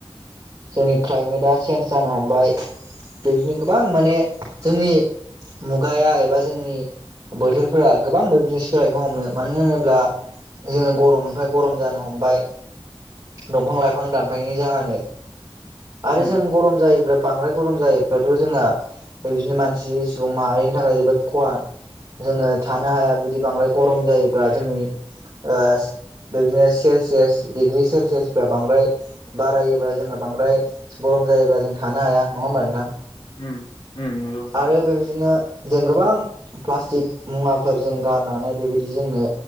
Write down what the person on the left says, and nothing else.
उम
ओम ओम नंगौ